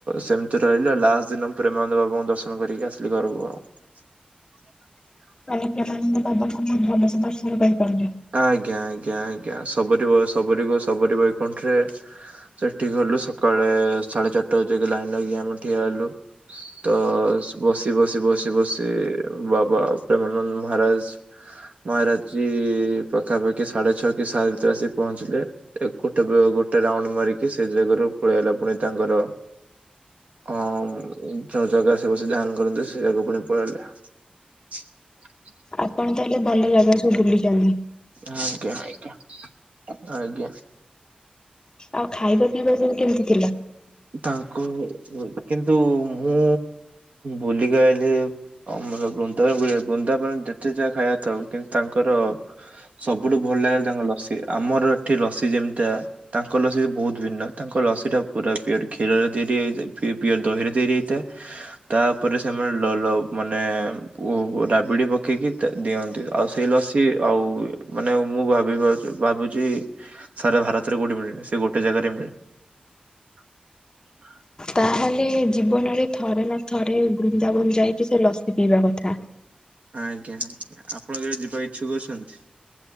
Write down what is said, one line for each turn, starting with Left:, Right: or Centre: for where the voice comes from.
Right: ସେମିତି ରହିଲି ଆଉ ଲାଷ୍ଟ ଦିନ ମୁଁ ପରେମାନନ୍ଦ ବାବା ଙ୍କୁ ଦର୍ଶନ କରିକି ଆସିଲି ଘରକୁ ଆଉ। <unintelligible>
Left: <unintelligible> ପ୍ରେମାନନ୍ଦ ବାବାଙ୍କୁ ବହୁତ୍ ଭଲ ସେ ଦର୍ଶନ କରିପାରିଲେ।
Right: ଆଜ୍ଞା ଆଜ୍ଞା ଆଜ୍ଞା ସବରୀ ସବରୀ ସବରୀ ବୈକୁଣ୍ଠରେ ସେଠି <unintelligible> ସକାଳେ ସାଢେ଼ ଚାରିଟା <unintelligible> ଲାଇନି ଲଗେଇ ଆମେ ଠିଆ ହେଲୁ ତ ବସି ବସି ବସି ବସି ବାବା ପ୍ରେମାନନ୍ଦ ମହାରାଜ୍ ମହାରାଜ୍ ଜୀ ପାଖାପାଖି ସାଢେ ଛଅ କି ସାତେ ରେ ଆସି ପହଞ୍ଚିଲେ ଗୋଟେ ଗୋଟେ ରାଉଣ୍ଡ ମାରିକି ସେଇ ଜାଗାରୁ ପଲେଇ ଆଇଲା ଫୁଣି ତାଙ୍କର ହଁ ଯୋଉ ଜାଗା ସେ ବସି ଧ୍ୟାନ୍ କରନ୍ତି ସେ ଜାଗା ପୁଣି ପଲେଇଆସିଲେ। <inaudible>
Left: ଆପଣ ତାହେଲେ ଭଲ ଜାଗା ସବୁ ବୁଲିଚନ୍ତି।
Right: ଆଜ୍ଞା ଆଜ୍ଞା ଆଜ୍ଞା।
Left: ଆଉ ଖାଇବା ପିଇବା ସବୁ କେମିତି ଥିଲା?
Right: ତାଙ୍କୁ କିନ୍ତୁ ମୁଁ ବୁଲିକି ଆଇଲି <unintelligible> ଯେତେ ଯାହା ଖାଇବାକୁ ଥାଉ କିନ୍ତୁ ତାଙ୍କର ସବୁଠୁ ଭଲ ଲାଗେ ତାଙ୍କ ଲସି ଆମର ଏଠି ଲସି ଯେମିତିଆ ତାଙ୍କ ଲସି ବହୁତ୍ ଭିନ୍ନ ତାଙ୍କ ଲସି ଟା ପୁରା ପିଓର କ୍ଷୀରରେ ତିଆରି ହେଇଥାଏ ପିଓର ଦହି ରେ ତିଆରି ହେଇଥାଏ ତାପରେ ସେମାନେ ଲ ଲ ମାନେ <unintelligible> ରାବିଡି଼ ପକେଇକି ଦିଅନ୍ତି ଆଉ ସେଇ ଲସି ଆଉ ମାନେ ମୁଁ ଭାବେ <unintelligible> ଭାବୁଛି ସାରା ଭାରତରେ କୋଉଠି ମିଳେନି ସେ ଗୋଟେ ଜାଗାରେ ମିଳେ। <unintelligible>
Left: ତାହେଲେ ଜୀବନରେ ଥରେ ନା ଥରେ ବୃନ୍ଦାବନ ଯାଇକି ସେ ଲସି ପିଇବା କଥା।
Right: ଆଜ୍ଞା ଆପଣ କେବେ ଯିବାକୁ ଇଚ୍ଛୁକ ଅଛନ୍ତି?